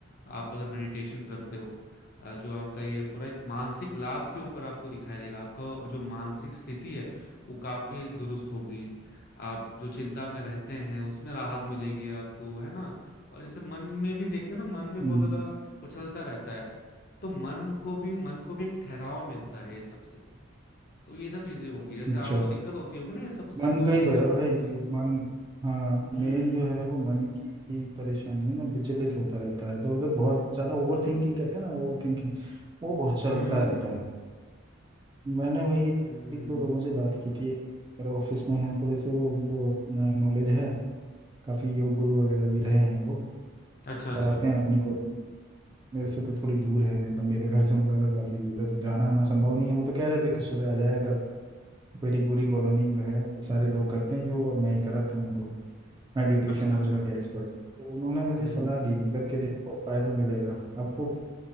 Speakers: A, on the left; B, on the right.
A: आप अगर मेडिटेशन करते हो अ, जो आपका ये पूरा एक मानसिक लाभ के ऊपर आपको दिखाई देगा आपका जो मानसिक स्थिति है वो काफी दुरुस्त होगी आप जो चिंता में रहते हैं उसमें राहत मिलेगी आपको है ना और जैसे मन में भी देखते हैं ना मन में
B: हम्म,
A: बहुत ज्यादा उछलता रहता है तो मन को भी मन को भी एक ठहराव मिलता है ये सबसे तो ये सब चीजें होंगी जैसे
B: अच्छा
A: आपको दिक्कत होती होगी ना ये सबसे
B: मन
A: तो
B: का ही
A: ये
B: तो
A: सब
B: है भाई
A: में काफी
B: मन हाँ
A: हम्म
B: मेन जो है वो मन की ही परेशानी है ना विचलित होता रहता है इधर उधर बहुत ज्यादा ओवर थिंकिंग कहते हैं ना ओवर थिंकिंग वो बहुत चलता
A: हम्म
B: रहता
A: हम्म
B: है मैंने वही
A: हम्म।
B: एक दो लोगों से बात की थी एक मेरे ऑफिस में हैं थोड़े से वो उनको नॉलेज है काफी योग गुरु वगैरह भी रहे हैं वो
A: अच्छा अच्छा
B: कराते हैं अपनी कॉलेज में मेरे से तो थोड़ी दूर है मतलब मेरे घर से उनका घर काफी दूर है तो जाना आना संभव नहीं है वो तो कह रहे थे कि सुबह आ जाया कर मेरी पूरी कॉलोनी जो है सारे लोग करते हैं योग और मैं ही कराता हूँ उनको मेडिटेशन
A: अच्छा अच्छा
B: वगैरह के एक्सपर्ट हैं तो उन्होंने मुझे
A: हम्म
B: सलाह दी कि करके देखो फायदा मिलेगा अब वो